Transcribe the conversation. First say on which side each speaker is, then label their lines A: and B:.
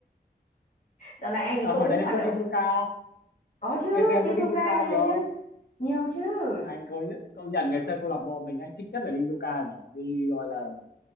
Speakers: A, on the left; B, on the left.
A: dạo này anh ấy
B: à,
A: cũng
B: hồi đấy em
A: hoạt
B: có
A: động
B: đi du cao
A: có chứ
B: ngày xưa em
A: đi
B: có
A: du
B: đi du
A: ca
B: cao
A: nhiều
B: nhiều không
A: chứ nhiều chứ
B: anh công nhận công nhận ngày xưa câu lạc bộ mình anh thích nhất là đi du ca nhỉ đi gọi là